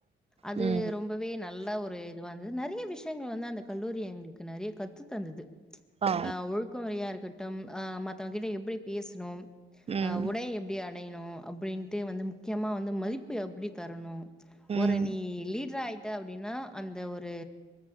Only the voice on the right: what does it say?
ம்
ஆ
ம்
ம்